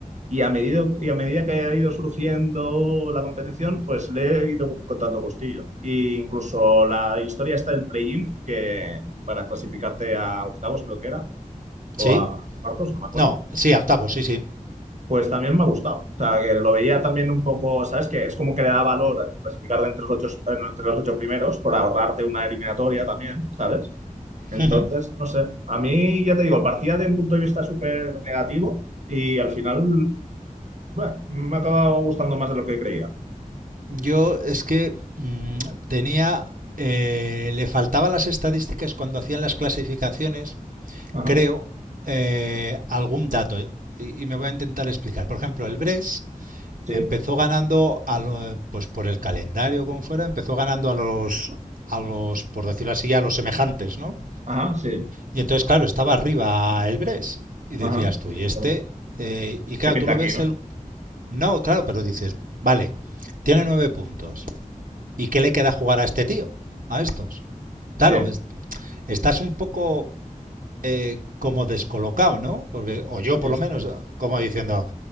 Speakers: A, on the right; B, on the right.
A: y a medida, y a medida que ha ido surgiendo la competición, pues le he ido contando gustillo. E incluso la historia está del play-in, que para clasificarte a octavos creo que era, o
B: Sí.
A: a cuartos, no me acuerdo.
B: No, sí, octavo tapo, sí, sí.
A: Pues también me ha gustado. O sea, que lo veía también un poco, ¿sabes? Que es como que le da valor el clasificar de entre los ocho, entre los ocho primeros por ahorrarte una eliminatoria también, ¿sabes? Entonces,
B: Ujú.
A: no sé, a mí ya te digo, partía de un punto de vista súper negativo y al final, bueno, me ha acabado gustando más de lo que creía.
B: Yo es que mm, tenía... eh, le faltaban las estadísticas cuando hacían las clasificaciones,
A: Ajá,
B: creo, eh, algún dato. Y, y me voy a intentar explicar. Por ejemplo, el Bres
A: sí,
B: Empezó ganando a lo- pues por el calendario como fuera, empezó ganando a los a los por decirlo así a los semejantes, ¿no?
A: ajá, sí,
B: Y entonces claro, estaba arriba el Bres y decías
A: ajá, sí,
B: tú, y
A: de acuerdo.
B: este Eh, y claro,
A: ¿Qué pinta
B: tú lo
A: aquí,
B: ves
A: no?
B: el no, claro, pero dices, vale, tiene nueve puntos. ¿Y qué le queda jugar a este tío? A estos. Claro,
A: Sí,
B: es- estás un poco eh, como descolocado, ¿no? Porque, o yo
A: sí,
B: por lo
A: sí,
B: menos, como diciendo,